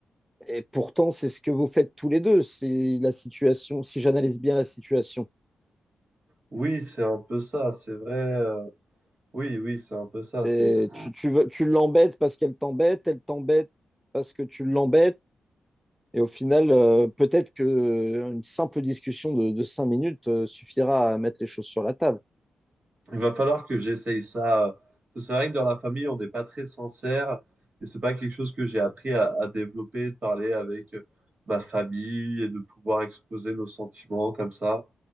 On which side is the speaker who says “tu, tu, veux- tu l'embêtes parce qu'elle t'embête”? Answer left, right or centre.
Centre